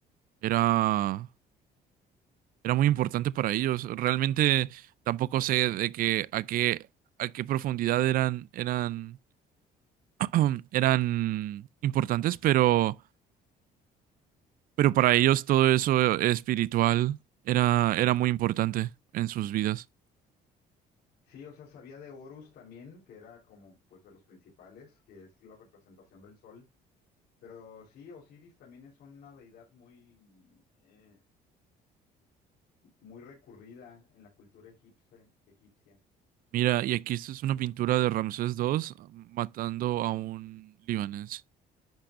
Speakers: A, on the right (about 55°); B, on the left (about 75°).
A: Era, era muy importante para ellos. Realmente tampoco sé de que a qué, a qué profundidad eran, eran, <clears throat> eran importantes, pero, pero para ellos todo eso espiritual era,
B: Ujú.
A: era muy importante en sus vidas.
B: Sí, o sea, sabía de Horus también, que era como pues de los principales, que es la representación del sol. Pero sí, Osiris también es una deidad muy, eh, muy recurrida en la cultura egipcia, egipcia.
A: Mira, y aquí esto es una pintura de Ramsés II matando a un libanés.